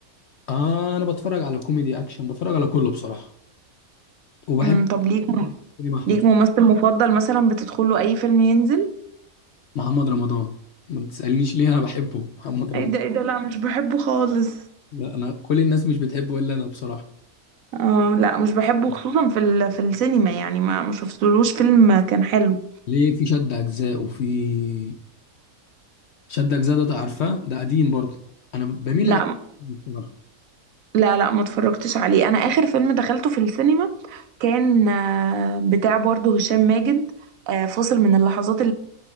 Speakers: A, on the left (about 65°); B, on the right (about 70°).
A: اه انا بتفرج على كوميدي اكشن بتفرج على كله بصراحه وبحب
B: امم طب ليك م...
A: كريم احمد
B: ليك ممثل مفضل مثلا بتدخله اي فيلم ينزل
A: محمد رمضان ما تسالنيش ليه انا بحبه محمد رمضان
B: ايه ده ايه ده لا مش بحبه خالص
A: لا انا كل الناس مش بتحبه الا انا بصراحه
B: اه لا مش بحبه خصوصا في ال... في السينما يعني ما ما شفتلوش فيلم كان حلو
A: ليه في شد اجزاء وفي شد اجزاء ده عارفاه ده قديم برضه انا بميل
B: لا
A: للحاجات دي بصراحه
B: لا لا ما اتفرجتش عليه انا اخر فيلم دخلته في السينما كان آه، بتاع برضه هشام ماجد آه، فاصل من اللحظات